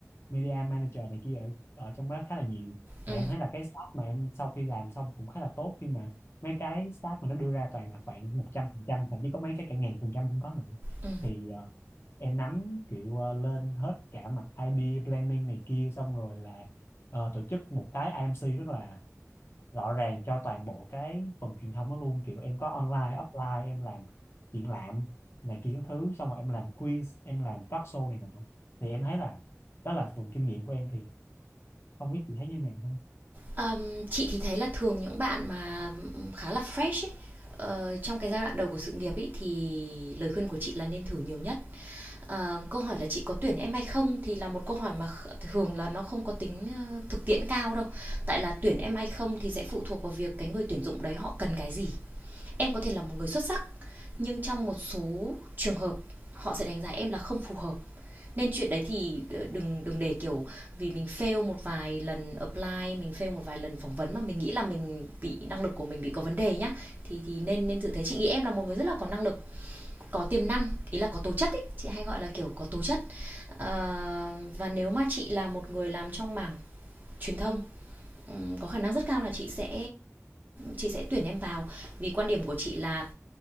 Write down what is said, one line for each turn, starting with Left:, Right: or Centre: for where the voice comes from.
Left: media manager này kia ở ở trong đó khá là nhiều mà
Right: ừ
Left: em thấy là cái stat mà em sau khi làm xong cũng khá là tốt khi mà mấy cái stat mà nó đưa ra toàn là khoảng một trăm phần trăm thậm chí có mấy cái cả ngàn phần trăm cũng có nữa
Right: ừ
Left: thì ờ, em nắm kiểu ờ, lên hết cả mặt ID planning này kia xong rồi là ờ, tổ chức một cái IMC rất là rõ ràng cho toàn bộ cái phần truyền thông đó luôn kiểu em có online offline em làm triển lãm này kia các thứ xong rồi em làm quiz em làm talk show này nọ thì em thấy là đó là phần kinh nghiệm của em thì không biết chị thấy như nào ha?
Right: Ờm, chị thì thấy là thường những bạn mà khá là fresh ấy, ờ, trong cái giai đoạn đầu của sự nghiệp ấy thì lời khuyên của chị là nên thử nhiều nhất. Ờm, câu hỏi là chị có tuyển em hay không thì là một câu hỏi mà thường là nó không có tính ờ, thực tiễn cao đâu. Tại là tuyển em hay không thì sẽ phụ thuộc vào việc cái người tuyển dụng đấy họ cần cái gì. Em có thể là một người xuất sắc nhưng trong một số trường hợp họ sẽ đánh giá em là không phù hợp nên chuyện đấy thì ờ, đừng đừng để kiểu vì mình fail một vài lần apply mình fail một vài lần phỏng vấn mà mình nghĩ là mình bị năng lực của mình bị có vấn đề nhá thì thì nên nên tự thấy chị nghĩ em là một người rất là có năng lực có tiềm năng ý là có tố chất ý chị hay gọi là kiểu có tố chất Ờ, và nếu mà chị là một người làm trong mảng truyền thông có khả năng rất cao là chị sẽ chị sẽ tuyển em vào vì quan điểm của chị là